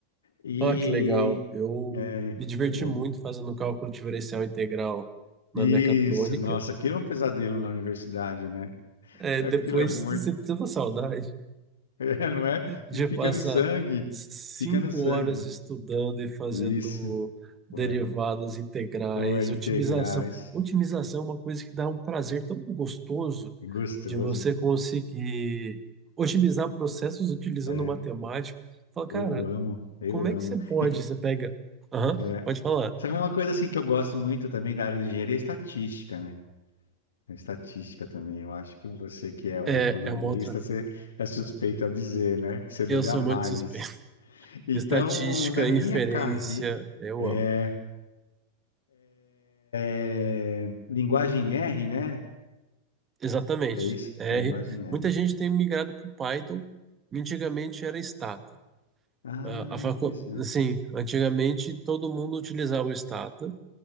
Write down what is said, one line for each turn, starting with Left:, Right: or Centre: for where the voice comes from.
Left: E
Right: ah que legal. Eu
Left: é,
Right: me diverti
Left: eu
Right: muito
Left: amo
Right: fazendo cálculo diferencial integral na
Left: isso.
Right: mecatrônica.
Left: Nossa, aquilo é um pesadelo na universidade, né?
Right: É,
Left: Aquilo
Right: depois
Left: é muito,
Right: você sinto saudade.
Left: <laughs> é, não é?
Right: de
Left: E fica
Right: passar
Left: no sangue.
Right: cinco
Left: Fica no sangue.
Right: horas estudando e fazendo
Left: Isso.
Right: derivadas
Left: Foi.
Right: integrais,
Left: Pô, integrais,
Right: otimização. Otimização é uma coisa que dá um prazer tão gostoso
Left: gostoso.
Right: de você conseguir otimizar processos utilizando
Left: É,
Right: matemática. Fala, cara,
Left: eu amo, eu
Right: como é
Left: amo.
Right: que você pode?
Left: E,
Right: Você pega. Aham,
Left: é,
Right: pode falar.
Left: sabe uma coisa assim que eu gosto muito também da área de engenharia é estatística, né? A estatística também. Eu acho que você que é o
Right: É,
Left: economista,
Right: é uma outra.
Left: você é suspeito a dizer, né? Que você deve
Right: Eu sou
Left: amar
Right: muito suspeito.
Left: isso. Então,
Right: Estatística,
Left: na minha
Right: inferência,
Left: carreira,
Right: eu
Left: é,
Right: amo.
Left: é, linguagem R, né?
Right: Exatamente.
Left: É isso?
Right: R.
Left: Linguagem R.
Right: Muita gente tem migrado para o Python. e Antigamente era Stata.
Left: Ah,
Right: A, a facu...
Left: interessante.
Right: Assim, antigamente todo mundo utilizava o Stata